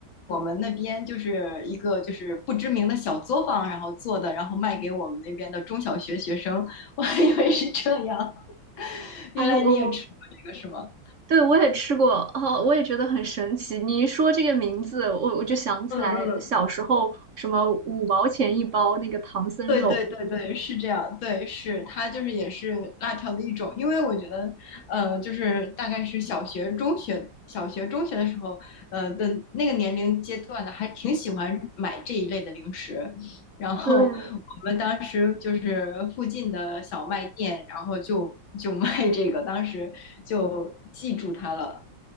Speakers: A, on the left; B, on the right.
A: 我们那边就是一个就是不知名的小作坊，然后做的，然后卖给我们那边的中小学学生。<laughs> 我还以为是这样，<laughs> 原来你也吃过这个是吗？
B: 哎，我对我也吃过，哦，我也觉得很神奇。你一说这个名字，我我就想起来小时候什么五毛钱一包那个唐僧肉。
A: 嗯嗯，对对对对，是这样，对，是它就是也是辣条的一种，因为我觉得，呃，就是大概是小学、中学、小学、中学的时候，呃的那个年龄阶段的，还挺喜欢买这一类的零食。然后我们当时就是附近的小卖店，
B: 对，
A: 然后就就卖这个，当时就记住它了。